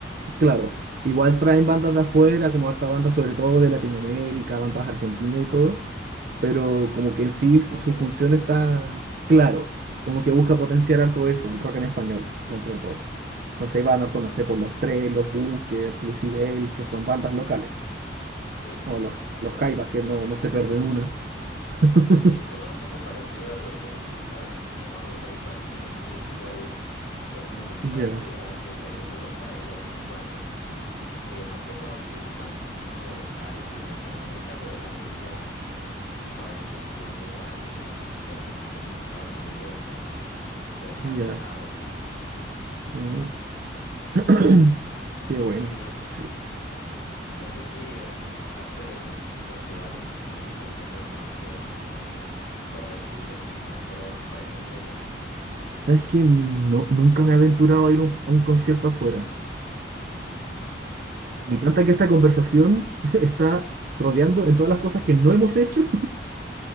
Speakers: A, on the right (about 50°); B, on the left (about 65°).
A: claro, igual traen bandas de afuera, como harta bandas sobre todo de Latinoamérica, bandas argentinas y todo, pero como que en sí su
B: rock en
A: función
B: español.
A: está claro, como que busca potenciar harto eso, el rock en español, dentro de todo. no sé, Banorton,
B: Ah,
A: no sé, por los tres, los Bunkers, Lucibel, que son bandas locales.
B: sí.
A: O los,
B: Ah,
A: los Jaivas, que no, no se pierden una. <laughs>
B: Sí, suena un poco parecido al que te comentaba que se llama Ruca el Parque. Aquí es igual, lo hacen en un
A: Ya,
B: parque grande que hay en Bogotá y ahí van, eh, más que todo, sí, bandas así como locales y de Latinoamérica, pero también llevan a veces así bandas grandes de, de otros países, de Estados Unidos o, o de Canadá
A: ya.
B: o así.
A: Mm. <clears throat>
B: Sí,
A: Qué buena.
B: y
A: Sí.
B: n- no sé si eh, aparte de esos festivales, ¿conoces alguno? O sea, ¿has ido a algún otro fuera de Chile? O sea, fuera de tu país, ¿has ido a alguno?
A: ¿Sabes que No, nunca me he aventurado a ir a un, a un concierto afuera.
B: Yo
A: Me
B: tampoco,
A: encanta que esta
B: la verdad,
A: conversación
B: no.
A: <laughs> está rodeando en todas las cosas que no hemos hecho